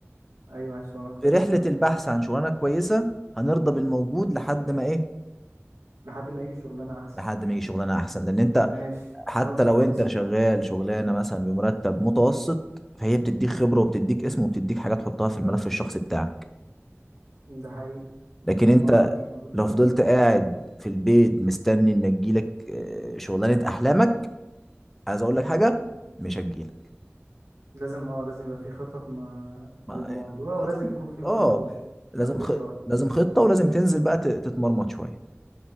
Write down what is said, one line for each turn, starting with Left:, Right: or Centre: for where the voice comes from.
Right: ايوه عايز شغلانه كويسه
Centre: في رحلة
Right: فعلا
Centre: البحث عن شغلانة كويسة هنرضى بالموجود لحد ما ايه
Right: لحد ما يجي شغلانه احسن
Centre: لحد ما يجي شغلانة احسن لان انت
Right: ماشي
Centre: حتى
Right: نقطه
Centre: لو
Right: كويسه
Centre: انت شغال شغلانة مثلا بمرتب متوسط فهي بتديك خبرة وبتديك اسم وبتديك حاجات تحطها في الملف الشخصي بتاعك
Right: ده حقيقي
Centre: لكن انت
Right: ما اقدرش ما اقدرش
Centre: لو
Right: ولا
Centre: فضلت
Right: حاجه غير
Centre: قاعد
Right: كده
Centre: في البيت مستني ان تجيلك آه، شغلانة احلامك عايز اقول لك حاجة مش هتجيلك
Right: لازم اه لازم يبقى في خطط ما
Centre: ما
Right: للموضوع
Centre: إيه.
Right: ولازم
Centre: لازم
Right: يكون في برضه
Centre: اه
Right: ش-
Centre: لازم
Right: مجهود
Centre: خ...
Right: شويه
Centre: لازم خطة ولازم تنزل بقى ت- تتمرمط شوية